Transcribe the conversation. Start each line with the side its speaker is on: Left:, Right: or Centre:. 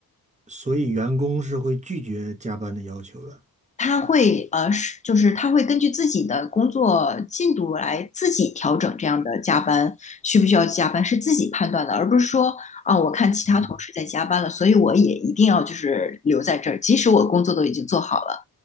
Right: 所以员工是会拒绝加班的要求的。
Left: 他会呃，是就是他会根据自己的工作进度来自己调整这样的加班需不需要加班，是自己判断的，而不是说啊，我看其他同事在加班了，
Right: 嗯。
Left: 所以我也一定要就是留在这儿，即使我工作都已经做好了，